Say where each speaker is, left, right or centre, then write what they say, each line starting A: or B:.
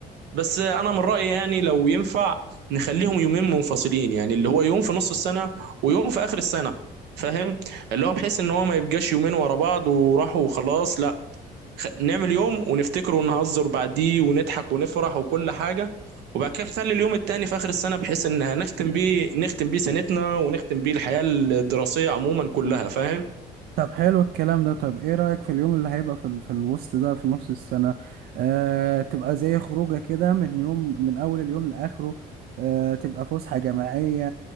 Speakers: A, on the right (about 85°); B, on the right (about 65°).
A: بس انا من رأيي يعني لو ينفع نخليهم يومين منفصلين يعني اللي هو يوم في نص السنة ويوم في اخر السنة فاهم اللي هو بحيث ان هو ما يبقاش يومين ورا بعض وراحوا وخلاص لا خ- نعمل يوم ونفتكره ونهزر بعديه ونضحك ونفرح وكل حاجة وبعد كده نخلي اليوم التاني في آخر السنة بحيث إن نختم بيه نختم بيه سنتنا ونختم بيه الحياة الدراسية عموما كلها فاهم
B: طب حلو الكلام ده طب ايه رأيك في اليوم اللي هيبقى في, ال- في الوسط ده في نص السنة آه تبقى زي خروجة كده من يوم من أول اليوم لآخره آه تبقى فسحة جماعية